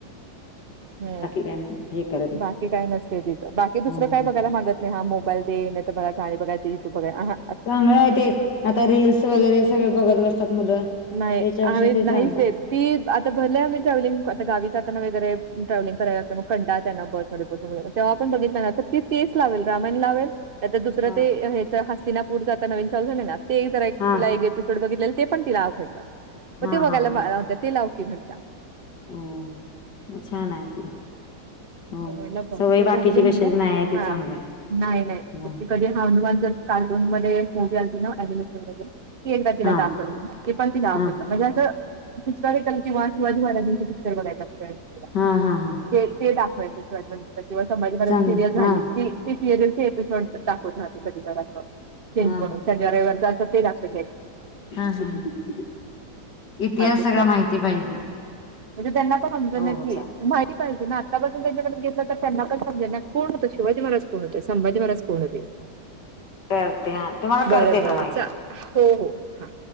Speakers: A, on the right (about 50°); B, on the left (about 85°).
A: हम्म.
B: क्या मंग ठिक आहे.
A: बाकी काय नसतंय तिचं बाकी दुसरं
B: हो
A: काय बघायला मागत नाही हा मोबाईल दे नाही त मला गाणी बघायचे युटूब बघाय आहां.
B: चांगलं आहे ते आता रिल्स वगैरे सगळे बघत बसतात मुलं
A: नाही
B: त्याच्यापेक्षा
A: आम्ही
B: ते चांगलं.
A: नाहीच देत ती आता भरली आहे आमी ट्रॅव्हलिंग आता गावी जाताना वेगैरे ट्रॅव्हलिंग कराय लागते म कंटाळ त्यांना बस मध्ये बसून जारा तेव्हा पण बघितलं ना तर ति तेच लावेल रामायण लावेल त ते तर दुसरं
B: हा
A: ते ह्याच हस्तीिनापूरचं आता नवीन चालू झाल ना ते एक जरा तिला
B: हा
A: एक तुकडं बघितलेलं ते पण तिला आवघडलं म
B: हा
A: ते बघायला
B: हा हा
A: मा
B: हा
A: वत्या ते लावते म्हणत्या.
B: हो मग छान आहे आपलं.
A: <inaudible>
B: हो.
A: म्हणलंत ते
B: सवय बाकीची
A: बघू दे म्हणलं
B: कशाची नाही आहे ते
A: हा
B: चांगलं आहे.
A: नाय नाय
B: हो.
A: कधी लहान मुलांचं कार्टून मध्ये मूवी आलं ति ना ॲनिमेशन मध्ये? ती एकदा तिला
B: हां.
A: दाखवल ते पण तीला आवडत
B: हां.
A: म्हणजे असं पिक् वास पिक्चर बघय <unintelligible>
B: हां हा हा.
A: ते ते दाखवायचे पर्यंत किंवा संभाजी महाराजांची
B: चांगलं.
A: सिरियस झाली
B: हां.
A: की ते सिरयल ते एपिसोड दाखवत राहतं कधी जरा आसं चेंज
B: हां,
A: म्हणून
B: हां.
A: शनिवार रविवार जा असं ते दाखवत.
B: हा हाहा इतिहास
A: हा दुसरा
B: सगळा
A: एक.
B: माहिती पाहिजे.
A: म्हणजे त्यांना पण म्हमज
B: हो, हो. चालेल.
A: <unintelligible> माती पाहिजे ना त्या पासून त्यांच्याकडे घेतलं तर त्यांना पण समजेल ना कोण होतं शिवाजी महाराज कोण होते संभाजी महाराज कोण होते.
B: करते हां तुम्हाला
A: बरं
B: करते
A: बरं
B: थांबा एक
A: चा
B: मिनि
A: हो हो हां.